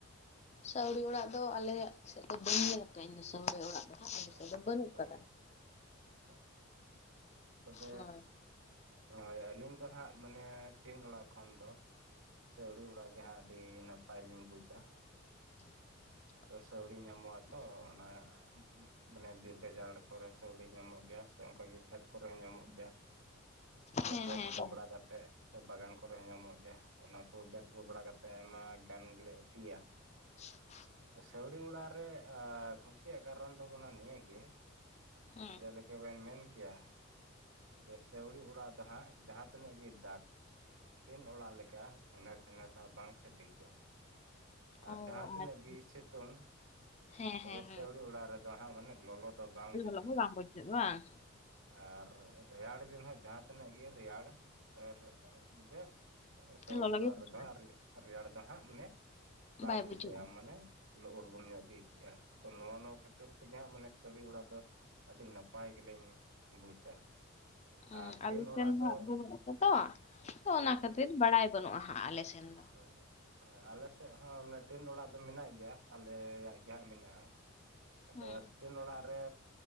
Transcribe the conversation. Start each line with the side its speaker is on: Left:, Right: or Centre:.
Left: ᱥᱟᱹᱣᱲᱤ ᱚᱲᱟᱜ ᱫᱚ ᱟᱞᱮᱭᱟᱜ ᱥᱮᱫ ᱫᱚ ᱵᱟᱹᱧ ᱧᱮᱞ ᱟᱠᱟᱜ-ᱟ ᱤᱧ ᱫᱚ ᱥᱟᱹᱣᱲᱤ ᱚᱲᱟᱜ ᱫᱚ᱾ ᱦᱟᱸᱜ ᱟᱞᱮ
Right: ᱟᱪᱪᱷᱟ
Left: ᱥᱮᱫ ᱫᱚ ᱵᱟᱹᱱᱩᱜ ᱟᱠᱟᱫᱟ
Right: ᱚ ᱟᱪᱪᱷᱟ ᱟᱪᱪᱷᱟ ᱛᱚᱵᱮ
Left: ᱦᱳᱭ
Right: ᱦᱳᱭ ᱟᱹᱞᱤᱧ ᱫᱚ ᱦᱟᱸᱟᱜ ᱢᱟᱱᱮ ᱴᱤᱱ ᱚᱲᱟᱜ ᱠᱷᱚᱱ ᱫᱚ ᱥᱟᱹᱣᱲᱤ ᱚᱲᱟᱜ ᱜᱮ ᱦᱟᱸᱜ ᱟᱹᱰᱤ ᱱᱟᱯᱟᱭᱞᱤᱧ ᱵᱩᱡᱟ᱾
Left: <inaudible>
Right: ᱛᱚ ᱥᱟᱹᱣᱲᱤ ᱧᱟᱢᱚᱜ-ᱟ ᱛᱚ ᱚᱱᱟ ᱢᱟᱱᱮ ᱵᱤᱨ ᱜᱟᱡᱟᱲ ᱠᱚᱨᱮ ᱥᱟᱹᱣᱲᱤ ᱧᱟᱢᱚᱜ ᱜᱮᱭᱟ ᱥᱮ ᱚᱱᱠᱟᱜᱮ ᱠᱷᱮᱛ ᱠᱚᱨᱮ ᱦᱚᱸ ᱧᱟᱢᱚᱜ ᱜᱮᱭᱟ᱾
Left: ᱦᱮᱸ
Right: ᱟᱞᱜᱟᱛᱮ
Left: ᱦᱮᱸ
Right: ᱫᱚᱵᱲᱟ
Left: ᱦᱮᱸ
Right: ᱠᱟᱛ ᱛᱮᱜ ᱥᱮ ᱵᱟᱜᱟᱱ ᱠᱚᱨᱮ ᱦᱚᱸ ᱧᱟᱢᱚᱜ ᱜᱮᱭᱟ ᱚᱱᱟ ᱠᱚ ᱜᱮᱫ ᱟᱹᱜᱩ ᱵᱟᱲᱟ ᱠᱟᱛᱮᱜ ᱟᱭᱢᱟ ᱜᱟᱱ ᱜᱮᱞᱮ ᱩᱛᱩᱭᱟ᱾
Left: <inaudible>
Right: ᱥᱟᱹᱣᱲᱤ ᱚᱲᱟᱜ ᱨᱮ ᱮᱸ ᱠᱩᱥᱤᱭᱟᱜ ᱠᱟᱨᱚᱱ ᱫᱚ ᱠᱟᱱᱟ ᱱᱤᱭᱟᱹ ᱜᱮ
Left: ᱦᱮᱸ
Right: ᱡᱮᱞᱮᱠᱟ ᱵᱮᱱ ᱢᱮᱱ ᱠᱮᱭᱟ ᱡᱮ ᱥᱟᱹᱣᱲᱤ ᱚᱲᱟᱜ ᱫᱚ ᱦᱟᱸᱜ ᱡᱟᱦᱟᱸ ᱛᱤᱱᱟᱹᱜ ᱜᱮ ᱫᱟᱜ ᱴᱤᱱ ᱚᱲᱟᱜ ᱞᱮᱠᱟ ᱪᱷᱮᱱᱮᱨ, ᱪᱷᱮᱱᱮᱨ ᱫᱚ ᱦᱟᱸᱜ ᱵᱟᱝ ᱥᱟᱰᱮ ᱜᱮᱭᱟ᱾ ᱟᱨ
Left: ᱚ
Right: ᱡᱟᱦᱟᱸ ᱛᱤᱱᱟᱹᱜ
Left: ᱟᱪᱪᱷᱟ
Right: ᱜᱮ ᱥᱤᱛᱩᱝ
Left: ᱦᱮᱸ
Right: ᱛᱚᱵᱮ
Left: ᱦᱮᱸ ᱦᱮᱸ
Right: ᱥᱟᱹᱣᱲᱤ ᱚᱲᱟᱜ ᱨᱮᱫᱚ ᱦᱟᱸᱜ ᱢᱟᱱᱮ ᱞᱚᱞᱚ ᱫᱚ ᱵᱟᱝ ᱵᱩᱡᱷᱟᱹᱜ-ᱟ᱾
Left: ᱞᱚᱞᱚ ᱦᱚᱸ ᱵᱟᱝ ᱵᱩᱡᱷᱟᱹᱜᱼᱟ ᱵᱟᱝ
Right: ᱟᱨ ᱨᱮᱭᱟᱲ ᱫᱤᱱ ᱦᱟᱸᱜ ᱡᱟᱦᱟᱸ ᱛᱤᱱᱟᱹᱜ ᱜᱮ ᱨᱮᱭᱟᱲ ᱟᱨ ᱛᱚᱵᱮ ᱥᱟᱹᱣᱲᱤ
Left: ᱞᱚᱞᱚ
Right: ᱚᱲᱟᱜ
Left: ᱜᱮ ᱵᱩᱡᱷᱟᱹᱜᱼᱟ
Right: ᱨᱮᱫᱚ ᱦᱟᱸᱜ ᱨᱮᱭᱟᱲ ᱫᱚ ᱦᱟᱸᱜ ᱢᱟᱱᱮ ᱵᱟᱝ
Left: ᱵᱟᱭ
Right: ᱵᱩᱡᱷᱟᱹᱜ-ᱟ
Left: ᱵᱩᱡᱷᱟᱹᱜᱼᱟ
Right: ᱢᱟᱱᱮ ᱞᱚᱜᱚᱨᱵᱚᱱ ᱧᱚᱜ ᱜᱮ ᱟᱹᱭᱠᱟᱹᱜ-ᱟ ᱛᱚ ᱱᱚᱣᱟ ᱱᱚᱣᱟ ᱠᱷᱟᱹᱛᱤᱨ ᱛᱮᱜᱮ ᱦᱟᱸᱜ ᱢᱟᱱᱮ ᱥᱟᱹᱣᱲᱤ ᱚᱲᱟᱜ ᱫᱚ ᱟᱹᱰᱤ ᱱᱟᱯᱟᱭ ᱜᱮᱞᱤᱧ ᱵᱩᱡᱟ᱾ ᱟᱨ
Left: ᱚᱻ ᱟᱞᱮ
Right: ᱴᱤᱱ ᱚᱲᱟᱜ
Left: ᱥᱮᱱ ᱦᱟᱸᱜ
Right: ᱫᱚ
Left: <unintelligible> ᱛᱚ ᱚᱱᱟ
Right: ᱦᱳᱭ
Left: ᱠᱷᱟᱹᱛᱤᱨ ᱵᱟᱲᱟᱭ ᱵᱟᱹᱱᱩᱜ-ᱟ ᱦᱟᱸᱜ ᱟᱞᱮ ᱥᱮᱱ ᱫᱚ᱾
Right: ᱦᱳᱭ ᱦᱳᱭ ᱟᱞᱮᱥᱮᱜ ᱦᱚᱸ ᱢᱮ-ᱴᱤᱱ ᱚᱲᱟᱜ ᱫᱚ ᱢᱮᱱᱟᱜ ᱜᱮᱭᱟ ᱟᱞᱮᱭᱟᱜ ᱜᱮ ᱦᱟᱸᱜ ᱢᱮᱱᱟᱜ-ᱟ᱾ ᱟᱫᱚ
Left: ᱦᱮᱸ
Right: ᱥᱴᱤᱱ ᱚᱲᱟᱜ ᱨᱮ